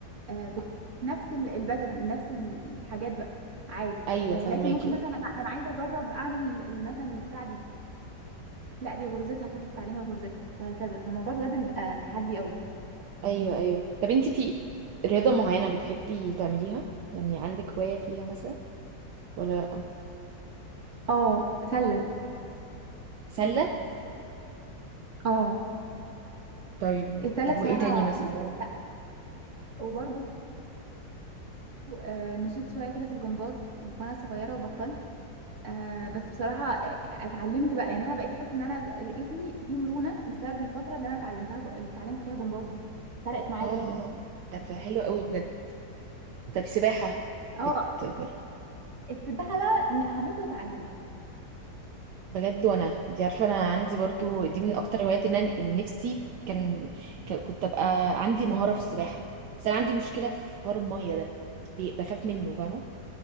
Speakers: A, on the right (about 45°); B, on the right (about 70°).
A: آه، بت- نفس ال- الباترن نفس ال- الحاجات بقى عادي
B: ايوه
A: آه،
B: فهماكي
A: لكن ممكن مثلا أبقى- ده انا عايزه اجرب اعمل ال- مثلا البتاع دي لا دي غرزتها تروحي تتعلمي غرزتها وهكذا فالموضوع بجد بيبقى تحدي قوي
B: ايوه ايوه طب انت في رياضه معينه بتحبي تعمليها يعني عندك هوايه فيها مثلا ولا لا
A: اه سله
B: سله
A: اه
B: طيب
A: السله
B: ده-
A: بصراحه
B: وايه تاني مثلا
A: لا وبرضو آه، مشيت شويه كده في الجمباز وانا صغيره وبطلت آه بس بصراحة اتعلمت بقى يعني انا بقيت احس ان انا جسمي فيه مرونة بسبب الفترة اللي انا اتعلمتها جو... اللي اتعلمت فيها جمباز دي فرقت معايا
B: اه
A: جدا
B: طب ده حلو قوي بجد طب سباحة
A: اه
B: بتجرب
A: السباحة بقى ن- هموت واتعلمها
B: بجد وانا انت عارفه انا عندي برضو دي من اكتر هواياتي ان انا إن نفسي كان ك- كنت ابقى عندي مهاره في السباحه بس انا عندي مشكله في حوار الميه ده بي- بخاف منه فاهمه